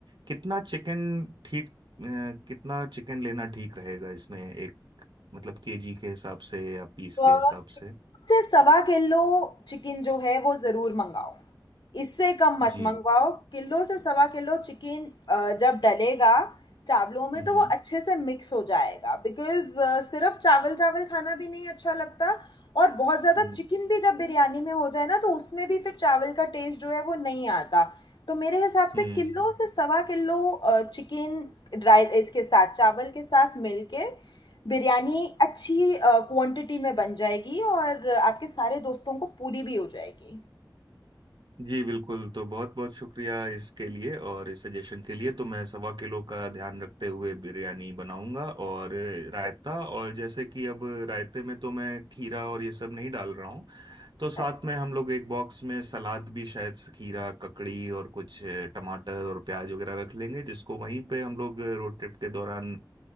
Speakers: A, on the right; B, on the left.
A: कितना चिकन ठीक अ, कितना चिकन लेना ठीक रहेगा इसमें एक मतलब केजी के हिसाब से या पीस
B: तो
A: के हिसाब से
B: मुझे सवा किलो चिकन जो है वो ज़रूर मंगाओ इससे कम मत
A: जी
B: मंगवाओ किलो से सवा किलो चिकन अ, जब डलेगा चावलों में
A: हम्म
B: तो वो
A: हम्म
B: अच्छे से मिक्स हो जाएगा बिकॉज सिर्फ चावल चावल खाना भी नहीं अच्छा लगता और बहुत ज्यादा
A: हम्म
B: चिकन भी जब बिरयानी में हो जाए ना तो उसमें भी फिर चावल का टेस्ट जो है वो नहीं आता तो मेरे हिसाब
A: हम्म।
B: से किलो से सवा किलो चिकन ड्राई इसके साथ चावल के साथ मिलके बिरयानी अच्छी क्वांटिटी में बन जाएगी और आपके सारे दोस्तों को पूरी भी हो जाएगी
A: जी बिल्कुल तो बहुत बहुत शुक्रिया इसके लिए और इस सजेशन के लिए तो मैं सवा किलो का ध्यान रखते हुए बिरयानी बनाऊंगा और रायता और जैसे कि अब रायते में तो मैं खीरा और ये सब नहीं डाल रहा हूँ तो साथ
B: अच्छा
A: में हम लोग एक बॉक्स में सलाद भी शायद से खीरा ककड़ी और कुछ टमाटर और प्याज वगैरह रख लेंगे जिसको वहीं पे हम लोग रोड ट्रिप के दौरान